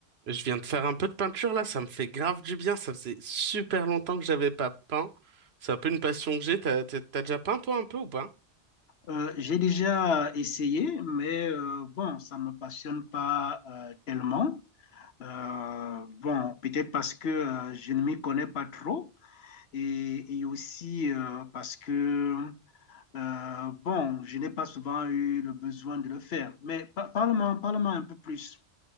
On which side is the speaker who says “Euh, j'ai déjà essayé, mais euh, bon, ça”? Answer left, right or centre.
Left